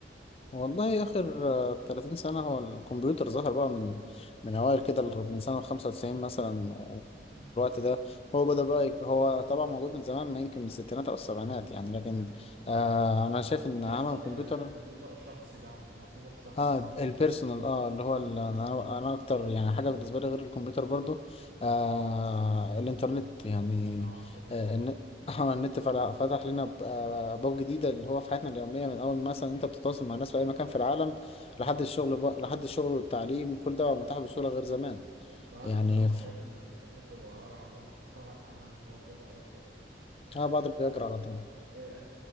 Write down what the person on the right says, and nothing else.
آه.
آه.
انت
قصدك
ال- الكمبيوتر الشخصي بقى بالمفهوم الشخصي
فاهم؟
مم.
اه النت
طبعا
مم.
انا
بصراحة
شايف ان الانترنت هو اعظم <laughs> اختراع اتعمل في وجه الارض يعني آه.
إيه.